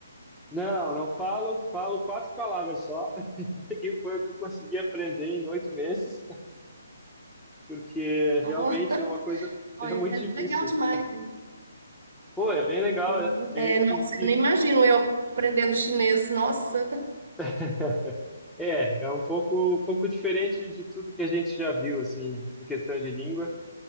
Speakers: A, in the centre; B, on the right.
A: Não, não falo, falo quatro palavras só, <laughs> que foi o que eu consegui aprender em oito meses. porque realmente
B: Ó, <laughs>
A: é uma coisa,
B: Olha,
A: é muito
B: mas
A: difícil.
B: legal demais, hein?
A: Pô, é bem legal.
B: Uhum.
A: É, é,
B: É, nossa,
A: e-
B: eu nem imagino eu aprendendo chinês. Nossa.
A: <laughs> é, é um pouco, um pouco diferente de tudo que a gente já viu, assim, em questão de língua,